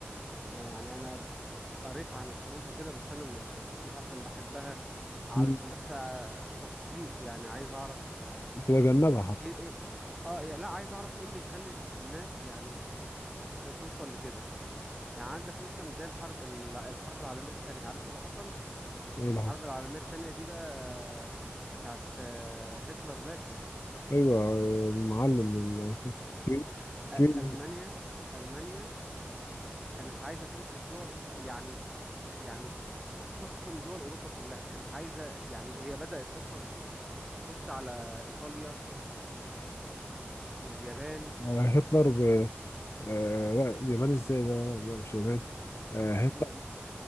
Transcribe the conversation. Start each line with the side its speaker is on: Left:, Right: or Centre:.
Centre: ما يعني انا قريت عن الحروب وكده بس انا مش مش عشان بحبها علشان
Left: مم.
Centre: بس آه، تثقيف يعني عايز اعرف آه،
Left: تتجنبها حتى
Centre: ايه ايه اه يا- لا عايز اعرف ايه اللي يخلي ال- الناس يعني ت- توصل لكده يعني عندك مثلا زي الحرب ال- الحرب العالمية التانية عارف اللي حصل
Left: ايه اللي
Centre: الحرب
Left: حصل
Centre: العالمية التانية دي بقى آه، بتاعت آه، هتلر باشا
Left: ايوه آه، المعلم ال- كبير
Centre: أ-
Left: كبير
Centre: ألمانيا ألمانيا كانت عايزة تمسك دول يعني يعني تحكم دول أوروبا كلها كانت عايزة يعني هي بدأت أصلا تخش على ايطاليا واليابان
Left: آه، هتلر آه لا اليابان ازاي لا لا لا، مش اليابان آه
Centre: لا
Left: هتلر
Centre: م-